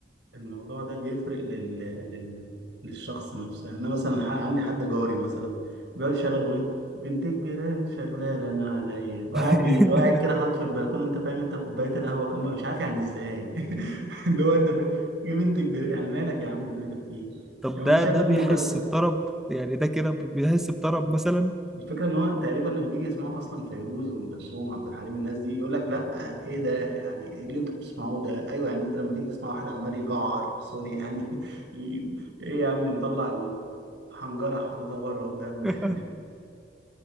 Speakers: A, on the right (about 70°); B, in the centre.
A: الموضوع ده بيفرق لل... لل... للشخص نفسه يعني انا مثلا ح- عندي حد جاري مثلا بيقعد يشغل اغنيه بنت كبيراني شغاله انا عينيا وقاعد
B: <laughs>
A: بي... وقاعد كده حاطط في البلكونه انت فاهم انت كوبايه القهوه جنبه مش عارف يعني ازاي <laughs> اللي هو انت فاهم ايه بنت كبيراني يعني مالك يا عم مالك فيه
B: طب
A: يعني
B: ده
A: ما تشغل
B: ده
A: ام
B: بيحس
A: كلثوم
B: بطرب يعني ده كده بيحس بطرب مثلا
A: الفكرة إن هو تقريبا لما بيجي يسمعوا أصلا فيروز وأم كلثوم وعبد الحليم الناس دي يقول لك لأ إيه ده يعني إيه اللي أنتوا بتسمعوه ده أيوه يعني أنت لما تيجي تسمع واحد عمال يجعر سوري يعني <laughs> ي- إيه يا عم اللي مطلع الحنجرة حاططها بره قدامنا
B: <laughs>
A: <laughs> يعني